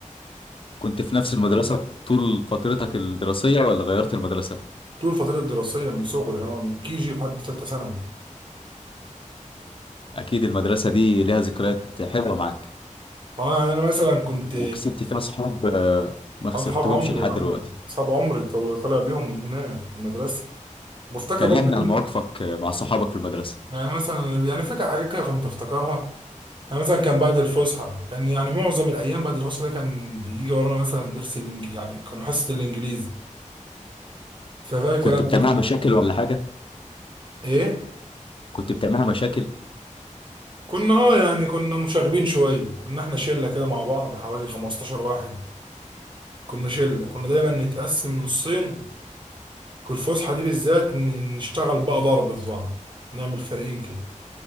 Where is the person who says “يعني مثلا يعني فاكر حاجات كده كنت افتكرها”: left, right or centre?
Right